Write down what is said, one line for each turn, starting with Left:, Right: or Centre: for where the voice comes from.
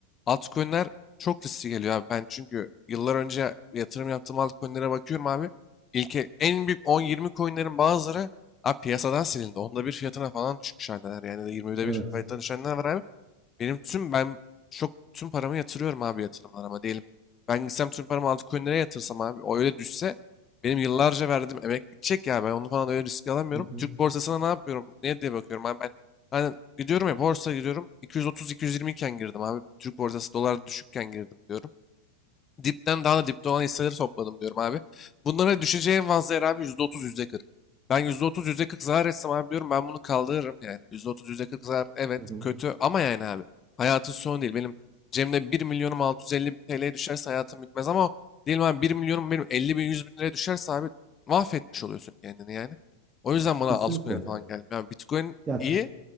Left: altcoin'ler çok riskli geliyor abi. Ben çünkü yıllar önce yatırım yaptığım altcoin'lere bakıyorum abi. İlke, en büyük 10-20 coin'lerin bazıları abi piyasadan silindi. Onda bir fiyatına falan düşmüş haldeler. Yani de 20'de
Right: Evet.
Left: bir fiyatına düşenler var abi. Benim tüm ben çok tüm paramı yatırıyorum abi yatırımlara, ama diyelim. Ben gitsem tüm paramı altcoin'lere yatırsam abi o öyle düşse benim yıllarca verdiğim emek bitecek ya ben onu falan öyle riske alamıyorum.
Right: Hı hı,
Left: Türk borsasına ne yapıyorum? Ne diye bakıyorum abi ben ben gidiyorum ya borsa gidiyorum 230-220 iken girdim abi. Türk borsası dolar düşükken girdim diyorum. Dipten daha da dipte olan hisseleri topladım diyorum abi. Bunlara düşeceği en fazla yer abi yüzde %40. Ben %30, %40 zarar etsem abi diyorum ben bunu kaldırırım. Yani yüzde otuz yüzde %40 zarar evet
Right: hı hı.
Left: kötü ama yani abi hayatın sonu değil. Benim cebimde bir milyonum altı yüz elli bin TL'ye düşerse hayatım bitmez ama o diyelim abi bir milyonum benim elli bin yüz bin liraya düşerse abi mahvetmiş oluyorsun kendini yani. O yüzden
Right: Ya
Left: bana
Right: kesinlikle.
Left: altcoin falan gelmiyor. Yani Bitcoin
Right: Ya,
Left: iyi